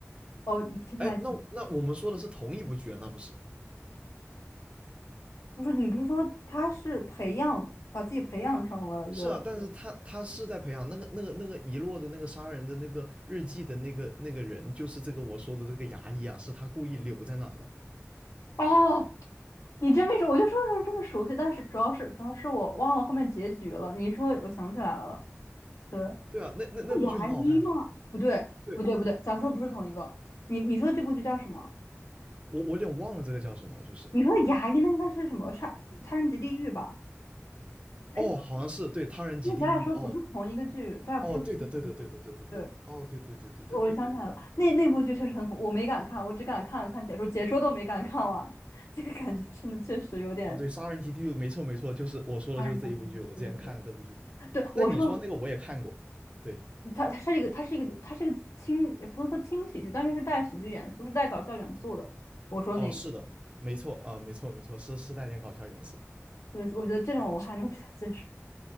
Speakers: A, on the left; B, on the right.
A: 哦，你听起来
B: 哎，那那我们说的是同一部剧啊，那不是？
A: 不是你不是说他是培养把自己培养成了一个
B: 是啊，但是他他是在培养那个那个那个遗落的那个杀人的那个日记的那个那个人，就是这个我说的这个牙医啊，是他故意留在那的。
A: 哦，你真没说，我就说为什么这么熟悉，但是主要是主要是我忘了后面结局了。你一说，我想起来了，对，
B: 对啊，
A: 是牙医吗？
B: 那那那部剧很好看啊。
A: 不对，
B: 对，
A: 不对，不对，咱们说的不是同一个。你你说的这部剧叫什么？
B: 我我有点忘了这个叫什么，就是
A: 你说的牙医那应该是什么杀杀人及地狱吧？哎，
B: 哦，好像是对他人及地狱哦
A: 那咱俩说的不是同一个剧，咱俩不说的是同一个剧。
B: 哦，对的对的对的对的对的哦对对对对对对对对
A: 对。我想起来了，那那部剧确实很恐，我没敢看，我只敢看了看解说，解说都没敢看完，<laughs> 这个感觉真的确实有点
B: 哦对，杀人及地狱没错没错，就是我说的就是这一部剧，
A: 哎
B: 我之前看了这部剧，
A: 对对对，对我说，
B: 但你说那个我也看过，对
A: 它它是一个，它是一个，它是一个轻，也不能说轻喜剧，但是是带喜剧元素，是带搞笑元素的。我说那个，
B: 哦是的，没错啊、没错没错，是是带点搞笑元素。
A: 就是我觉得这种我还能比较接受。